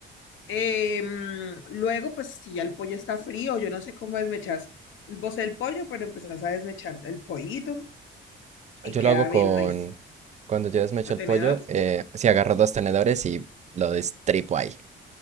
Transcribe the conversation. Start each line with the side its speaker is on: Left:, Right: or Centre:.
Left: Em, luego, pues si ya el pollo está frío, yo no sé cómo desmechas vos el pollo, pero empezás a desmechar el pollito y
Right: Yo
Left: queda
Right: lo hago con,
Left: bien nice.
Right: cuando yo desmecho
Left: Contenedor.
Right: el pollo, eh, sí agarro dos tenedores y lo destripo ahí.